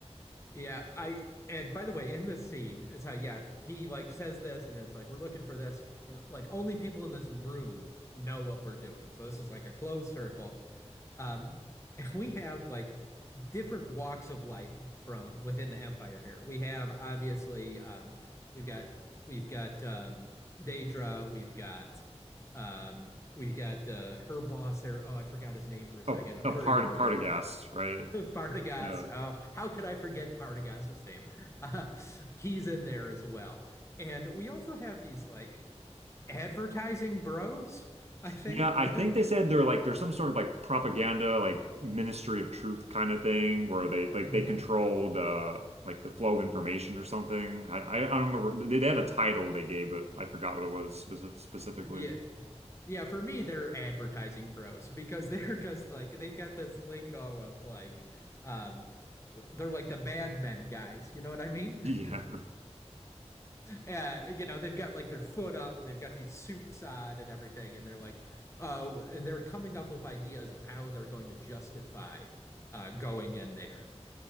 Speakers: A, on the left; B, on the right.
A: Yeah, I and by the way, in this scene, it's how yeah, he like says this and then it's like we're looking for this and like only people in this room know what we're doing. So this is like a closed circle. Um <laughs> and we have like different walks of life from within the empire here. We have obviously um we've got we've got um Daedra, we've got um we've got uh her boss there. Oh, I forgot his name for a second.
B: Oh,
A: I'm
B: a
A: sure
B: part
A: you're gonna remember.
B: part of gas, right?
A: <laughs> Partagas.
B: Yeah.
A: Oh, how could I forget Partagas's name? <laughs> Uh, he's in there as well. And we also have these like advertising bros, I think.
B: Yeah, I think they
A: <laughs>
B: said they're like there's some sort of like propaganda like Ministry of Truth kind of thing where they
A: Mhm.
B: like they control the like the flow of information or something. I I, I don't remember they, they had a title they gave but I forgot what it was speci specifically.
A: Yeah.
B: <laughs>
A: Yeah, for me, they're advertising bros because <laughs> they're just like they've got this lingo of like um they're like the bad men guys, you know what I mean?
B: Yeah.
A: <laughs> Uh, you know, they've got like their foot up, they've got these suits on and everything, and they're like, oh, and they're coming up with ideas of how they're going to justify uh going in there